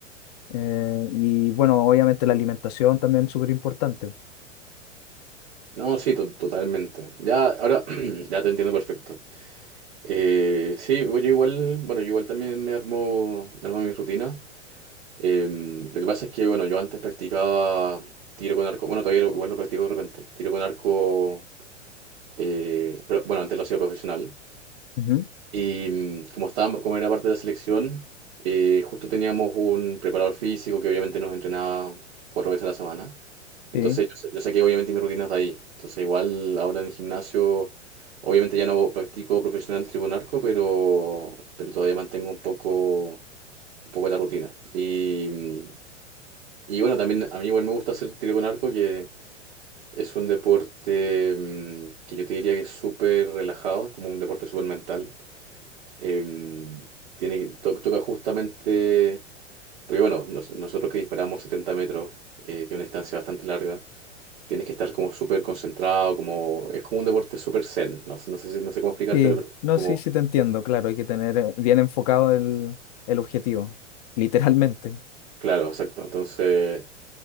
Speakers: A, on the left (about 35°); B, on the right (about 55°).
A: Eh, y bueno, obviamente la alimentación también es súper importante.
B: No, sí, to- totalmente. Ya, ahora <clears throat> ya te entiendo perfecto. Eh, sí, yo igual, bueno, yo igual también me armo, me armo mis rutinas. Eh, lo que pasa es que, bueno, yo antes practicaba tiro con arco. Bueno, todavía lo- igual lo practico de repente. Tiro con arco, eh, pero bueno, antes lo hacía profesional.
A: Ujú,
B: Y mm, como estaba, como era parte de la selección, eh, justo teníamos un preparador físico que obviamente nos entrenaba cuatro veces a la semana. Entonces
A: Sí.
B: yo, sa- yo saqué obviamente mis rutinas de ahí. Entonces igual ahora en el gimnasio, obviamente ya no practico profesional tribunarco, pero, pero todavía mantengo un poco, un poco la rutina. Y, mm, y bueno, también a mí igual me gusta hacer tiro con que es un deporte mm, que yo te diría que es súper relajado, es como un deporte súper mental em, tiene, to- toca justamente, porque bueno, nos- nosotros que disparamos 70 metros, eh, que es una distancia bastante larga, tienes que estar como súper concentrado, como, es como un deporte súper zen, no, sé- no sé, si- no sé cómo explicártelo,
A: Sí,
B: pero
A: no,
B: como,
A: sí, sí te entiendo, claro, hay que tener eh, bien enfocado el, el objetivo, literalmente.
B: claro, exacto. Entonces,